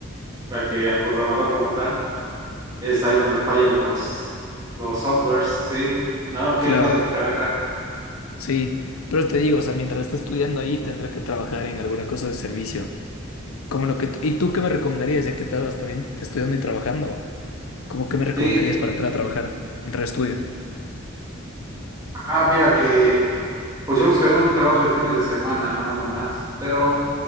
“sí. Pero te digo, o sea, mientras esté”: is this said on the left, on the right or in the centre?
Left